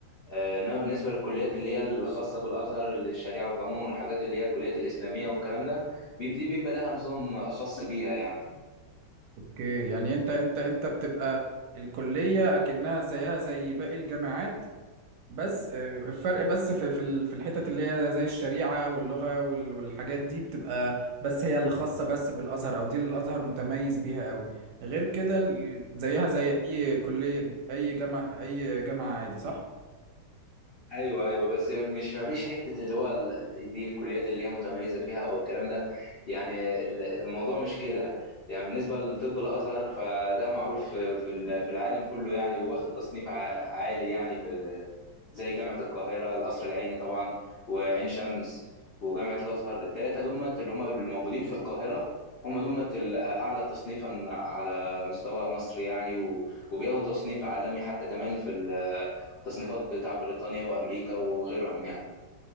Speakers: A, on the left; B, on the right.
A: آه، إنما بالنسبة للكليات اللي هي الخاصة بالأزهر اللي الشريعة وقانون والحاجات اللي هي الكليات الإسلامية والكلام ده بيب- دي بيبقى لها نظام خاص بيها يعني
B: اوكي يعني انت انت انت بتبقى الكليه اكنها زيها زي باقي الجامعات بس آه، الفرق بس في في ال- في الحتت اللي هي زي الشريعة واللغة وال- والحاجات دي بتبقى بس هي اللي خاصة بس بالأزهر أو دي اللي الأزهر متميز بيها قوي غير كده ال- زيها زي أي كلية أي جامعة أي جامعة عادي صح؟
A: ايوه ايوه بس مش ما فيش حته اللي هو ال- ال- دي الكليات اللي هي متميزه فيها او الكلام ده يعني ال- الموضوع مش كده يعني بالنسبه لطب الازهر فده معروف في في ال- في العالم كله يعني وواخد تصنيف ع- عالي يعني في زي جامعة القاهرة القصر العيني طبعا وعين شمس وجامعة الأزهر التلاتة دمت اللي هم الموجودين في القاهرة هم دمت الأعلى تصنيفا على مستوى مصر يعني و- وبياخدوا تصنيف عالمي حتى كمان في التصنيفات بتاع بريطانيا وأمريكا وغيرهم يعني.